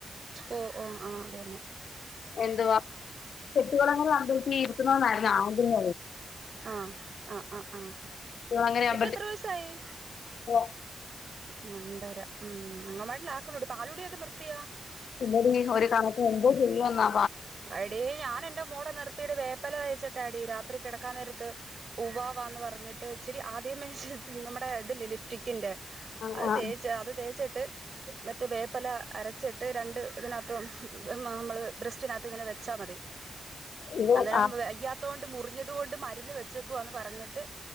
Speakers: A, on the right; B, on the left.
A: ഓ ഓ ആ അതെന്നെ
B: എന്തുവാ ചെട്ടളങ്ങ തീർത്തണരുന്നു
A: ആഹ് ആഹ് ആഹ് ആഹ്
B: ആഗ്രഹ
A: ഇപ്പ എത്ര വയസ്സായി
B: <unintelligible>
A: രണ്ടര ഉം അങ്ങവാടിയിലൊക്കെ ആക്കൂടി പാലൂടിയൊക്കെ നിർത്തിയ
B: പിന്നോടി ഒരു കണക്ക എന്തോ ചെയ്യോ എന്നാ
A: അയെടീ ഞാൻ എന്റെ മൂടെ നിർത്തിടെ വേപ്പല തേച്ചെട്ട് ടി രാത്രി കിടക്കാൻ നേരത്ത് ഉവാവെ എന്ന് പറഞ്ഞിട്ട് ഇച്ചിരി ആദ്യ നമ്മുടെ ഇത് ല്ലെ ലിഫ്റ്റിക്കിന്റെ
B: ആ
A: അത്
B: ആ
A: തേച്ച അത് തേച്ചട്ട മറ്റ വേപ്പല അരച്ചിട്ട് രണ്ടിതികത് നമ്മൾ തിനകത്ത് ഇങ്ങനെ വെച്ചാ മതി
B: ഇവ
A: അന്നേരം
B: ആ
A: അയ്യാത്തോണ്ട് മുറിഞ്ഞ അതുകൊണ്ട് മരുന്ന് വെച്ചക്കുവ എന്ന് പറഞ്ഞിട്ട്